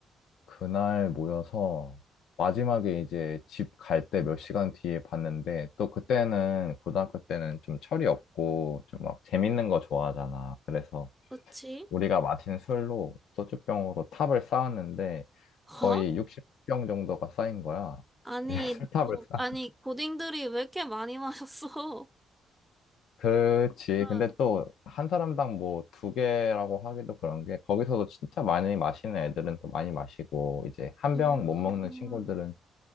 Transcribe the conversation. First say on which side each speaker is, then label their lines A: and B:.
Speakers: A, on the left (about 75°); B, in the centre.
A: 그날 모여서 마지막에 이제 집 갈 때 몇 시간 뒤에 봤는데 또 그때는 고등학교 때는 좀 철이 없고 좀 막 재밌는 거 좋아하잖아. 그래서
B: 그치?
A: 우리가 마신 술로 소주병으로 탑을 쌓았는데
B: 어?
A: 거의 60병 정도가 쌓인 거야.
B: 아니,
A: <laughs> 술탑을
B: 뭐,
A: 쌓.
B: 아니, 고딩들이 왜 이렇게 많이 마셨어?
A: 그치.
B: <laughs> 응,
A: 근데 또 한 사람당 뭐 두 개라고 하기도 그런 게 거기서도 진짜 많이 마시는 애들은 또 많이 마시고 이제 한
B: 음,
A: 병 못 먹는 친구들은